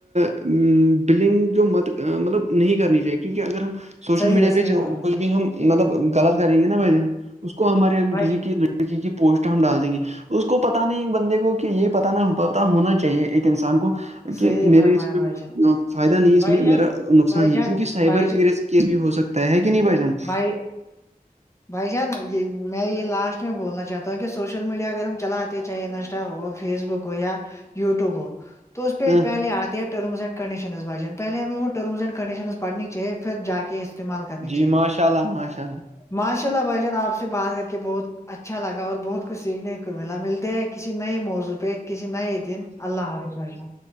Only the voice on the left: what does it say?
صحیح
صحیح
فرمایا
بھائی
صحیح
فرمایا
بھائی جان
بھائی
جان
بھائی
جان
بھائی ج-
بھائی بھائی جان میں یہ لاسٹ میں بولنا چاہتا ہوں کہ سوشل میڈیا اگر ہم چلاتے چاہے انسٹا ہو فیس بک کویا یٹیوب ہو تو اس پہ
پہے آتے ہے رمس اینڈ کڈیشنز بھائی جان پہے ہمیں وہ ٹمس اینڈ کڈیشن پڑھنی چاہے پھر جا کے استعمال کرنی چاہے
ماشاء اللہ بھائی جان آپ سے بات کر کے بہت اچھا لگا اور بہت کچھ سیکھنے کو ملا ملتے ہیں کسی نئے موضوع پہ کسی نئے دن اللہ حافظ بھائی جان